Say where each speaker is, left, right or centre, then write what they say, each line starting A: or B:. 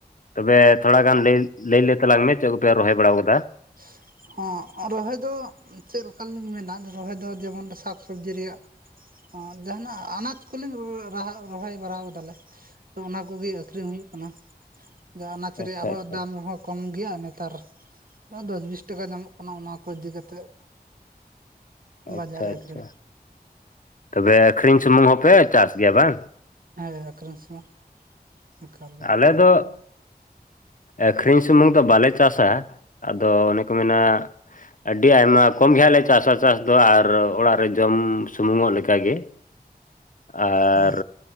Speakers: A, on the left; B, on the right.
A: ᱛᱚᱵᱮ ᱛᱷᱚᱲᱟ ᱜᱟᱱ ᱞᱟᱹᱭ ᱞᱟᱹᱭ ᱞᱮ ᱛᱟᱞᱟᱝ ᱢᱮ ᱪᱮᱫ ᱠᱚᱯᱮ ᱨᱚᱦᱚᱭ ᱵᱟᱲᱟ ᱟᱠᱟᱫᱟ?
B: <inaudible> ᱦᱮᱸ ᱨᱚᱦᱚᱭ ᱫᱚ ᱪᱮᱫ ᱞᱮᱠᱟ ᱞᱤᱧ ᱢᱮᱱᱟ? ᱨᱚᱦᱚᱭ ᱫᱚ ᱡᱮᱢᱚᱱ ᱥᱟᱠᱥᱚᱵᱽᱡᱤ ᱨᱮᱭᱟᱜ, ᱡᱟᱦᱟᱸᱱᱟᱜ ᱟᱱᱟᱡᱽ ᱠᱚᱞᱤᱧ ᱨᱚᱦᱚᱭ ᱵᱟᱲᱟᱣ ᱟᱠᱟᱫᱟᱞᱮ ᱾ ᱛᱚ ᱚᱱᱟ ᱠᱚᱜᱮ ᱟᱹᱠᱷᱨᱤᱧ ᱦᱩᱭᱩᱜ ᱠᱟᱱᱟ ᱾ ᱟᱫᱚ ᱟᱱᱟᱪ ᱨᱮᱭᱟᱜ
A: ᱟᱪᱪᱷᱟ
B: ᱦᱚᱸ
A: ᱟᱪᱪᱷᱟ
B: ᱫᱟᱢ ᱦᱚᱸ ᱠᱚᱢ ᱜᱮᱭᱟ ᱱᱮᱛᱟᱨ ᱾ <unintelligible> ᱫᱚᱥ ᱵᱤᱥ ᱴᱟᱠᱟ ᱧᱟᱢᱚᱜ ᱠᱟᱱᱟ, ᱚᱱᱟ ᱠᱚ ᱤᱫᱤ ᱠᱟᱛᱮᱜ᱾
A: ᱟᱪᱪᱷᱟ
B: ᱵᱟᱡᱟᱨ ᱨᱮ
A: ᱟᱪᱪᱷᱟ,
B: ᱟᱹᱠᱷᱨᱤᱧ
A: ᱛᱚᱵᱮ ᱟᱹᱠᱷᱨᱤᱧ ᱥᱩᱢᱩᱝ ᱦᱚᱸᱯᱮ ᱪᱟᱥ ᱜᱮᱭᱟ ᱵᱟᱝ?
B: ᱦᱮᱸ ᱟᱹᱠᱷᱨᱤᱧ ᱥᱩᱢᱩᱝ ᱮᱠᱟᱞ ᱜᱮ ᱾
A: <unintelligible> ᱫᱚ ᱟᱹᱠᱷᱨᱤᱧ ᱥᱩᱢᱩᱝ ᱫᱚ ᱵᱟᱞᱮ ᱪᱟᱥᱟ, ᱟᱫᱚ ᱚᱱᱮ ᱠᱚ ᱢᱮᱱᱟ? ᱟᱹᱰᱤ ᱟᱭᱢᱟ ᱠᱚᱢ ᱜᱮ ᱦᱟᱸᱜ ᱞᱮ ᱪᱟᱥᱟ ᱾ ᱪᱟᱥ ᱫᱚ ᱟᱨ ᱚᱲᱟᱜ ᱨᱮ ᱡᱚᱢ ᱥᱩᱢᱩᱝᱚᱜ ᱞᱮᱠᱟᱜ ᱜᱮ ᱾ ᱟᱻᱨ
B: ᱦᱮᱸ